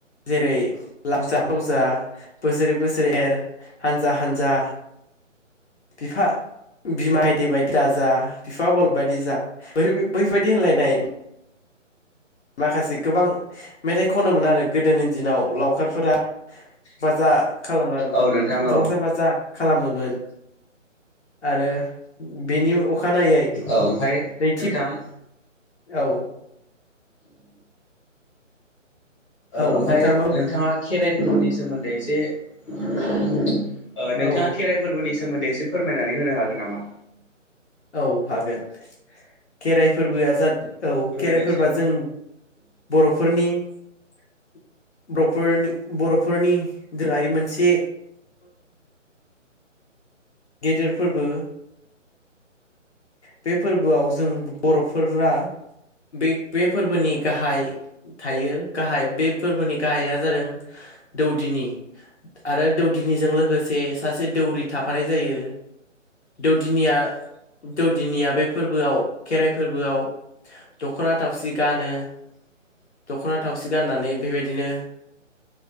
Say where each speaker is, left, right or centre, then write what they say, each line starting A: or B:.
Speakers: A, on the left (about 60°); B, on the left (about 25°).
A: जेरै लावजा लावजा बोसोरै बोसोरै हानजा हानजा बिफा बिमा गायदे बिदि बायदि दाजा बिफा बल बायदि जा बैबायदि होनलायनाय माखासे गोबां मेथाइ खनोमोन आरो गोदोनि दिनाव लावखारफोरा बाजा खालामनानै
B: औ नोंथां औ
A: रंजा बाजा खालामोमोन आरो बेनि अ अखानायै
B: औ ओमफाय
A: नैथि
B: नोंथां
A: औ
B: ओ
A: औ
B: ओमफ्राय
A: नोंथाङा मा
B: नोंथाङा खेराइ फोरबोनि सोमोन्दै एसे ओ नोंथाङा
A: औ
B: खेराइ फोरबोनि सोमोन्दै एसे फोरमायनानै होनो हागोन नामा?
A: औ हागोन खेराइ फोरबोआ जा औ
B: फोरमायनायसाय
A: खेराइफोरबाआ जों बर'फोरनि <inaudible> बर'फोरनि बर'फोरनि दोङारि मोनसे गेदेर फोरबो। बे फोरबोआव जों बर'फोरा बे बे फोरबोनि गाहाय थायो गाहाय बे फोरबोनि गाहाइया जादों दौदिनि आरो दौदिनिजों लोगोसे सासे दौरि थाफानाय जायो दौदिनिया दौदिनिया बे फोरबोआव खेराइ फोरबोआव दख'ना थावसि गानो
B: <inaudible>
A: दख'ना थावसि गाननानै बेबायदिनो